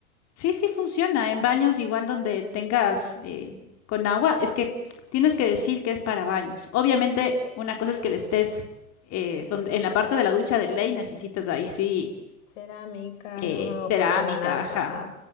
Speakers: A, on the left; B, on the left.
A: Sí, sí funciona. En baños igual donde tengas eh, con agua, es que tienes que decir que es para baños. Obviamente, una cosa es que le estés eh, donde, en la parte de la ducha de ley necesitas ahí sí
B: Cerámica
A: eh, cerámica,
B: o porcelanato,
A: ajá.
B: ajá.